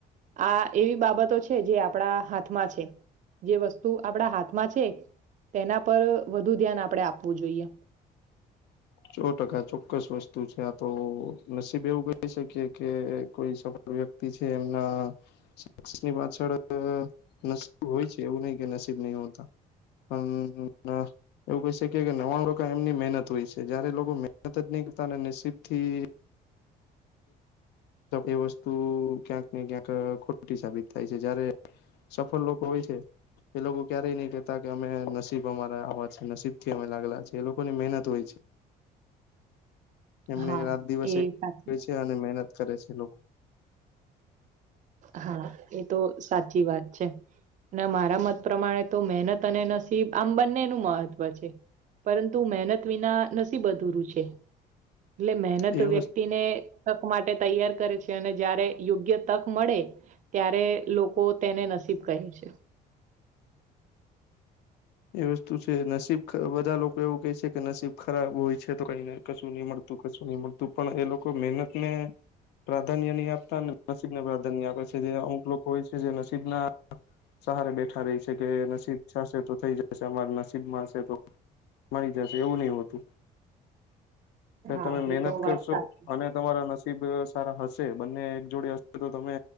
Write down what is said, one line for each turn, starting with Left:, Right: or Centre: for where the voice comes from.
Right: આ એવી બાબતો છે જે આપણા હાથમાં છે. જે વસ્તુ આપણા હાથમાં છે તેના પર વધુ ધ્યાન આપણેે આપવું જોઈએ.
Left: ચો ટકા ચોક્કસ વસ્તુ છે આ તો, નસીબ એવું કહી શકીએ કે કોઈ વ્યક્તિ છે એમના શસની પાછળ નસીબ હોય છે એવું નહિ કે નસીબ નહી હોતા. પણ અ એવું કહી શકીએ કે નવાણું લોકો એમની મહેનત હોય છે. જયારે લોકો મહેનત જ નહી કરતા નસીબ થી એ વસ્તુ ક્યાંક ને ક્યાંક ખોટી સાબિત થાય છે જયારે સફળ લોકો હોય છે. એ લોકો ક્યારેય નહી કેતા કે અમે નસીબ અમારા આવા છે નસીબ થી અમે લાગેલા છે એ લોકો ની મહેનત હોય છે. એમને
Right: હા
Left: રાત દિવસે
Right: એ
Left: એક ક્યા
Right: સાચી
Left: છે અને મહેનત કરે છે લોકો.
Right: હા એ તો સાચી વાત છે અને મારા મત પ્રમાણે તો મહેનત અને નસીબ આમ બંનેનું મહત્વ છે પરંતુ મહેનત વિના નસીબ અધૂરું છ એટલે મહેનત
Left: એ
Right: વ્યક્તિને
Left: વસ્તુ
Right: તક માટે તૈયાર કરે છે અને જયારે યોગ્ય તક મળે ત્યારે લોકો તેને નસીબ કહે છે
Left: એ વસ્તુ છે નસીબ બધા લોકો એવું કેહે છે કે નસીબ ખરાબ હોય છે તો કઈ ના કશું નહી મળતું કશું નહી મળતું પણ એ લોકો મહેનત ને પ્રાધાન્ય નહીં આપતા નસીબ ને પ્રાધાન્ય આપે છે જે અમુક લોકો હોય છે જે નસીબ ના સહારે બેઠા રહી છે કે નસીબ થશે તો થઈ જાય પ અમારે નસીબમાં હશે તો મળરી જશે એવું નહી હોતું તો
Right: હા
Left: તમે મહેનત
Right: એ તો વાત
Left: કરશો
Right: સાચી.
Left: અને તમારા નસીબ સારા હશે બંને એક જોડે હશે તો તમે